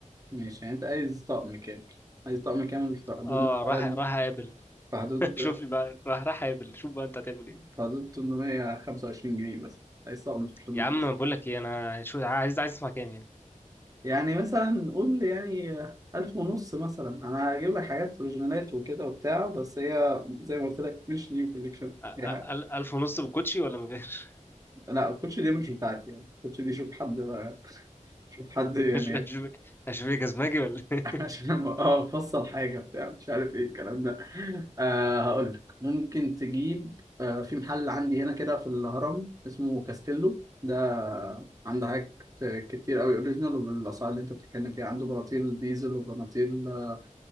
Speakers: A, on the right; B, on the left.
A: ماشي يعني انت عايز طقم كامل عايز طقم كامل في حدود
B: اه
A: مثلا
B: راح راح اقابل
A: في حدود
B: <laughs> شوف لي بقى راح راح اقابل شوف بقى انت هتعمل ايه
A: في حدود 825 جنيه مثلا عايز طقم في الحدود
B: يا عم
A: دي
B: بقول لك ايه انا شو عايز عايز اسمع كام يعني
A: يعني مثلا قول يعني ألف ونص مثلا أنا هجيب لك حاجات أوريجينالات وكده وبتاع بس هي زي ما قلت لك مش نيو كوليكشن
B: أ- أ-
A: هي حاجة
B: أل- ألف ونص بالكوتشي ولا من غير
A: لا الكوتش دي مش بتاعتي يعني الكوتش دي شوف حد بقى شوف حد يعني
B: <laughs> أشوف أشوف إيه جزمجي ولا إيه؟
A: عشان أبقى- اه افصل حاجه بتاع مش عارف ايه الكلام ده آه هقول لك ممكن تجيب آه في محل عندي هنا كده في الهرم اسمه كاستيلو ده عنده حاجات كتير قوي اوريجينال وبالاسعار اللي انت بتتكلم فيها عنده بناطيل ديزل وبناطيل آه،